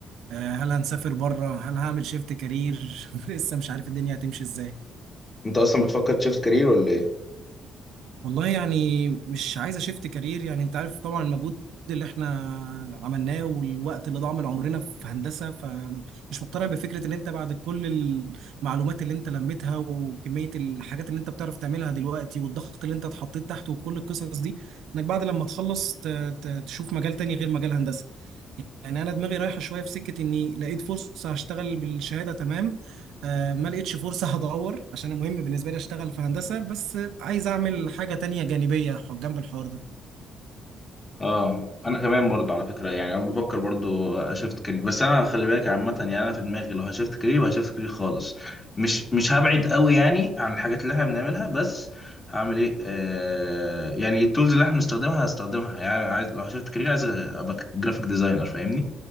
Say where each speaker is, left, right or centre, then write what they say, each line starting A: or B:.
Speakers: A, on the right (about 85°); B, on the left (about 25°).
A: آه، هل هنسافر بره هل هعمل شيفت كارير <laughs> لسه مش عارف الدنيا هتمشي ازاي
B: انت اصلا بتفكر تشيفت كارير ولا ايه
A: والله يعني مش عايز اشفت كارير يعني انت عارف طبعا المجهود اللي احنا عملناه والوقت اللي ضاع من عمرنا في هندسة فمش مقتنع بفكرة ان انت بعد كل المعلومات اللي انت لميتها وكمية الحاجات اللي انت بتعرف تعملها دلوقتي والضغط اللي انت اتحطيت تحته وكل القصص دي انك بعد لما تخلص ت- ت- تشوف مجال تاني غير مجال هندسة يعني انا دماغي رايحه شويه في سكه اني لقيت فرصه هشتغل بالشهاده تمام آه ما لقيتش فرصه <laughs> هدور عشان مهم بالنسبه لي اشتغل في هندسه بس عايز اعمل حاجه تانية جانبيه ح- جنب الحوار ده
B: اه انا كمان برضو على فكره يعني انا بفكر برضو اشفت كارير بس انا خلي بالك عامه يعني انا في دماغي لو هشفت كارير يبقى هشفت كارير خالص مش مش هبعد قوي يعني عن الحاجات اللي احنا بنعملها بس هعمل ايه آه يعني التولز اللي احنا بنستخدمها هستخدمها يعني عايز لو هشفت كارير عايز ابقى جرافيك ديزاينر فاهمني